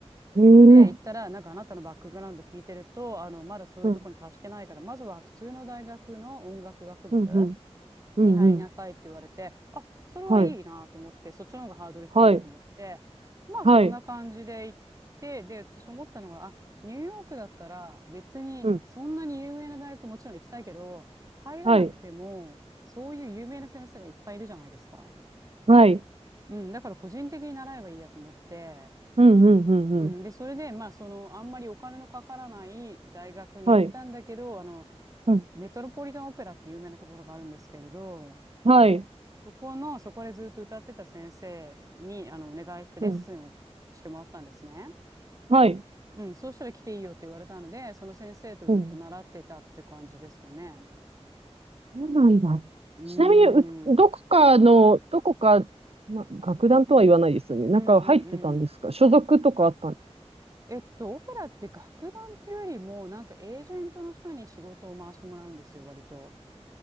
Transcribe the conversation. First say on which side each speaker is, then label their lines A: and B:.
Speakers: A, on the right (about 65°); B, on the right (about 30°).
A: へえ。
B: で、行ったら、なんかあなたのバックグラウンド聞いてると、あの、まだそういうとこに達してないから、
A: うん。
B: まずは普通の大学の音楽学部
A: うん、うん。うん、
B: に入りなさいって言われて、
A: うん。
B: あ、それはいいなと思って、
A: はい。
B: そっちの方がハードル低いなと思って、
A: はい。
B: まあそんな感じで行って、
A: はい。
B: で、私思ったのが、あ、ニューヨークだったら別にそんなに有名な大学もちろん行きたいけど、
A: うん。
B: 入らなくても、
A: はい。
B: そういう有名な先生がいっぱいいるじゃないですか。
A: はい。
B: うん、だから個人的に習えばいいやと思って、
A: うん、うん、うん、うん。
B: うん、で、それで、まあその、あんまりお金のかからない大学に行ったんだけど、
A: はい。
B: あの、
A: うん。
B: メトロポリタンオペラって有名なところがあるんですけれど、
A: はい。
B: そこの、そこでずっと歌ってた先生に、あの、お願いしてレッスンをしてもらったんですね。
A: うん。はい。
B: うん、そうしたら来ていいよって言われたので、その先生とずっと習ってたって感じですかね。
A: うん。そうなんだ。
B: うーん。
A: ちなみに、うどこかの、
B: うん
A: どこか、な、楽団とは言わないですよね。なんか入ってたんですか所属とかあったんですか
B: うんうん。えっと、オペラって楽団っていうよりも、なんかエージェントの人に仕事を回してもらうんですよ、割と。